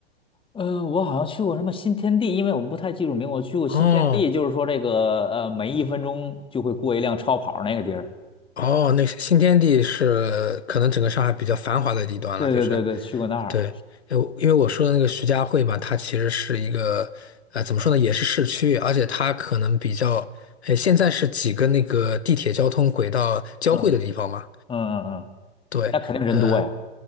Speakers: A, on the left; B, on the left.
A: 嗯，我好像去过什么新天地，因为我不太记住名，我去过新天地，
B: 哦，
A: 就是说这个呃，每一分钟就会过一辆超跑那个地儿。
B: 哦，那是新天地是可能整个上海比较繁华的地段了，
A: 对对对对，
B: 就是
A: 去过那儿。
B: 对，呃因为我说的那个徐家汇嘛，它其实是一个呃怎么说呢，也是市区，而且它可能比较，呃，现在是几个那个地铁交通轨道交汇的地方嘛，
A: 嗯嗯嗯嗯，
B: 对，
A: 那肯定人多呀。
B: 呃，